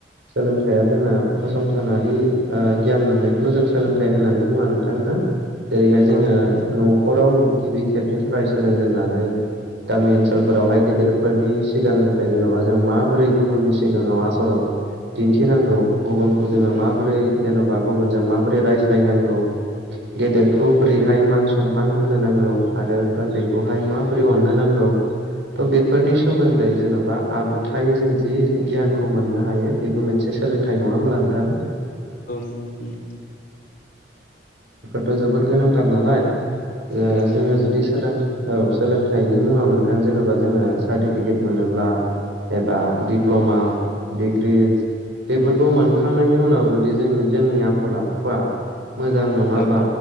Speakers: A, on the right (about 85°); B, on the left (about 50°).
A: सोलोंथाइया जोंना फसंथानारि गियान ओ मोननायखौल' जों सोलोंथाइ होननानै बुङा नोंथां ना! जेरैहाय
B: नंगौ
A: जोङो
B: उम
A: न'खराव गिबि खेबनि थाखाय सोलोंजेननानै गामि ओनसोलफोरावहाय गेदेरफोरनि सिगांनिफ्राय जेन'बा जों माबोरै गुबुननि सिगाङाव आसरन दिन्थि लाखिनांगौ
B: उम
A: गुबुनखौ जोङो
B: उम
A: माबोरै जेन'बा गुबुनजों माबोरै रायज्लायनांगौ गेदेरखौ
B: औ
A: बोरैहाय मान सनमान होनो नांगौ औ आरो उन्दैखौहाय माबोरै अननो नांगौ थ' बेफोरनि सोमोन्दै जेन'बा आगुथायै जों जि गियानखौ मोननो हायो बेबो मोनसे सोलोंथाइ नङा होमब्ला नोंथां
B: औ नंगौ औङ
A: थ' जोबोद गोनांथार नालाय ओ
B: गोनां
A: जोङो जुदि सोलों औ सोलोंथाइनि मुङाव नोंथां जेन'बा जोङो सार्टिफिकेट मोनोब्ला एबा दिप्ल'मा डिग्रि बेफोरखौ मोनखांनायनि उनाव जुदि जों जोंनि आखल आखुवआ मोजां नङाब्ला
B: औ